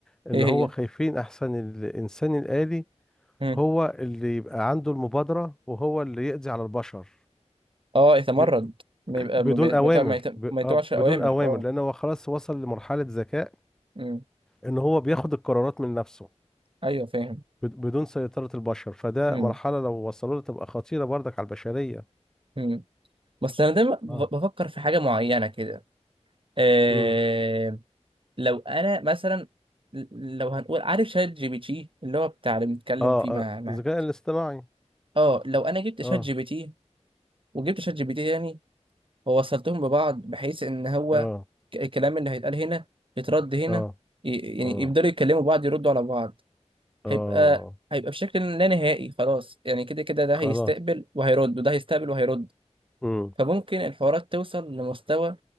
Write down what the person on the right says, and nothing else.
ايه هي
مم.
اه يتمرد
ما يبقى
ما بي-
ما يتع- ما يتع-
ما يتوعش
اوامر
اه
مم.
ايوه فاهم
مم.
مم. بس انا دايما ب-
بفكر في حاجه معينه كده إيه
لو انا مثلا ل- لو هنقول عارف شات جي بي تي اللي هو بتاع اللي بنتكلم
فيه مع
مع
اه لو انا جبت شات
جي بي تي وجبت شات جي بي تي تاني ووصلتهم ببعض بحيث ان هو
ك- الكلام اللي هيتقال هنا يترد هنا
ي- يعني
يقدروا يتكلموا بعض يردوا على بعض
هيبقى هيبقى بشكل لا نهائي خلاص يعني كده كده ده
هيستقبل وهيرد وده هيستقبل وهيرد
فممكن الحوارات توصل لمستوى